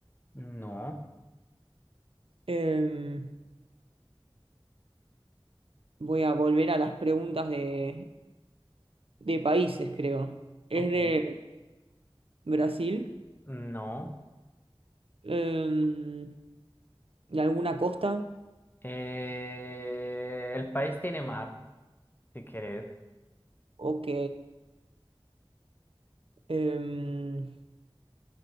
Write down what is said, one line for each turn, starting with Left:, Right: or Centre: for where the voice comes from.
Left: No,
Right: Em, voy a volver a las preguntas de, de países, creo. ¿Es
Left: Ok.
Right: de Brasil?
Left: no.
Right: Em, ¿de alguna costa?
Left: Eh, el país tiene mar, si querés.
Right: Ok. Em,